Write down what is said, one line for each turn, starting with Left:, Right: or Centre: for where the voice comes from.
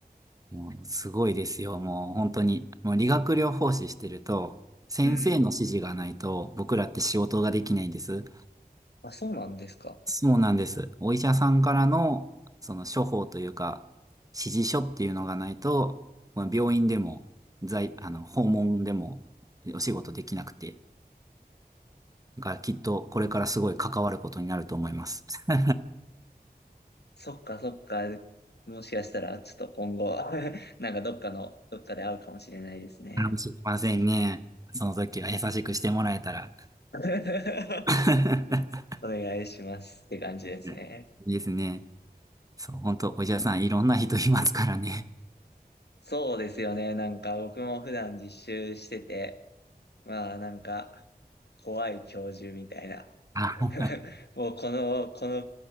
Right: もう、すごいですよ。もう、本当に。もう、理学療法士してると、先生の指示がないと、
Left: <laughs> うん。
Right: 僕らって仕事ができないんです。
Left: あ、そうなんですか。
Right: そうなんです。お医者さんからの、その処方というか、指示書っていうのがないと、まあ病院でも、在、あの、訪問でも、お仕事できなくて。だから、きっと、これからすごい関わることになると思います。<laughs>
Left: そっかそっか。もしかしたら、ちょっと今後、<laughs> なんかどっかの、どっかで会うかもしれないですね。
Right: かもしれませんね。その時は優しくしてもらえたら。
Left: <laughs>
Right: <laughs>
Left: お願いしますって感じですね。
Right: はいいいですね。そう、本当お医者さん、いろんな人いますからね。
Left: そうですよね。なんか僕も普段実習してて、まあなんか、怖い教授みたいな。
Right: <laughs>
Left: <laughs>
Right: あ、
Left: もうこの、この、